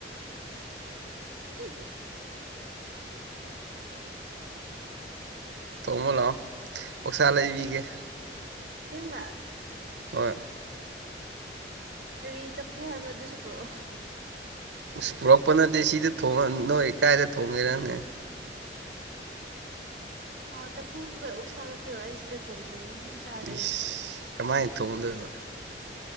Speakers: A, on the right; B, on the right.
A: <unintelligible>
B: ꯇꯣꯡꯃꯣ ꯂꯥꯛꯑꯣ ꯑꯣꯛꯁꯥ ꯂꯩꯕꯤꯒꯦ
A: ꯁꯦꯡꯕ
B: ꯍꯣꯏ
A: ꯀꯔꯤ ꯆꯠꯐꯨ ꯍꯥꯏꯕ ꯑꯗꯨꯁꯨ ꯄꯣꯔꯛꯑꯣ
B: ꯑꯁ ꯄꯨꯔꯛꯄ ꯅꯠꯇꯦ ꯁꯤꯗ ꯅꯣꯏ ꯀꯥꯏꯗ ꯊꯣꯡꯒꯦꯔꯅꯦ
A: ꯑꯣ ꯆꯐꯨꯒ ꯑꯣꯛꯁꯥꯒ ꯄꯤꯔꯣꯑꯣ ꯑꯩ ꯁꯤꯗ ꯊꯣꯡꯖꯒꯦ ꯑꯗꯨꯝ ꯆꯥꯒꯦ
B: ꯏꯁ
A: ꯍꯥꯏꯗꯤ ꯁꯤꯗ
B: ꯀꯃꯥꯏꯅ ꯊꯣꯡꯒꯗꯣꯏꯕ